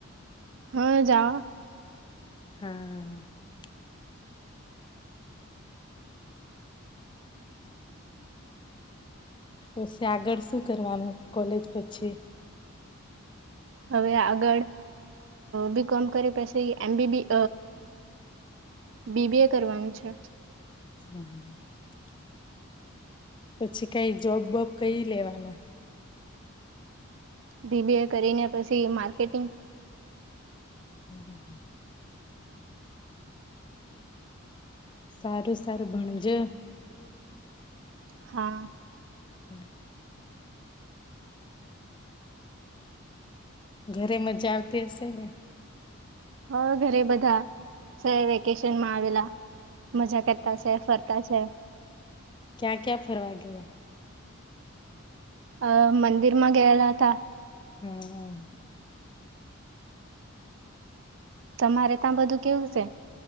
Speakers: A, on the right; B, on the left.
A: હા જાવા
B: હા હ તોછી આગળ શું કરવાનું કોલેજ પછી
A: હવે આગળ બી કોમ કર પછી એમ બીબી બીબી એ કરવાનું છે
B: હમ પછી કઈ જોબબોબ કઈ લેવાના
A: બીબી એ કરીને પછી માર્કેટિંગ
B: હ સારું સારું બણજ
A: હા
B: હમ ઘરે મજા આવતી હશે ને
A: હવે ઘરે બધા સ વેકેશનમાં આવેલા મજા કરતા છે ફરતા છે
B: ક્યા ક્યા ફરવા ગયા
A: અ મંદિર માં ગયેલા હતા
B: હમ
A: તમારે ત્યાં બધું કેવું છે